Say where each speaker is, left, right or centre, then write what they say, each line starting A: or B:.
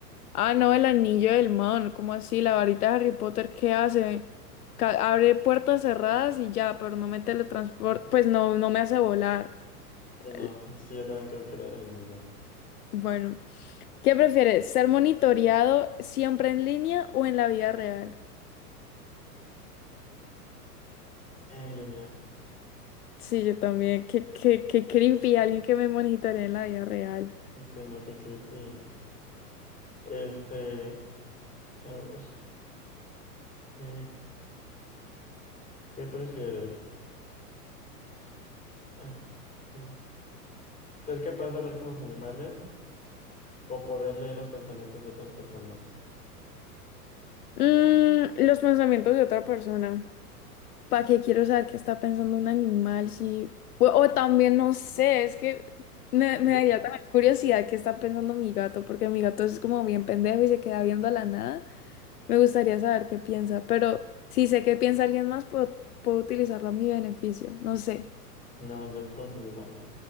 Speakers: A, on the left; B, on the left.
A: Ah, no, el anillo del man, ¿cómo así? La varita de Harry Potter, ¿qué hace? Ca- abre puertas cerradas y ya, pero no me teletransporta, pues no, no me hace volar.
B: Sí,
A: El-
B: no, sí, yo también creo que era el anillo.
A: Bueno, ¿qué prefieres? ¿Ser monitoreado siempre en línea o en la vida real?
B: En línea.
A: Sí, yo también. Qué, qué, qué creepy alguien que me monitoree en la vida real.
B: Sí, no, qué creepy. Este, a ver, ¿qué, qué prefieres? Ay, es- ser capaz de hablar con los animales o poder leer los pensamientos de otras personas.
A: Mm, los pensamientos de otra persona. ¿Para qué quiero saber qué está pensando un animal? Si... O, o también, no sé, es que me, me
B: Yo-
A: daría también curiosidad qué está pensando mi gato, porque mi gato es como bien pendejo y se queda viendo a la nada. Me gustaría saber qué piensa, pero si sé qué piensa alguien más, puedo, puedo utilizarlo a mi beneficio, no sé.
B: no, yo con los animales.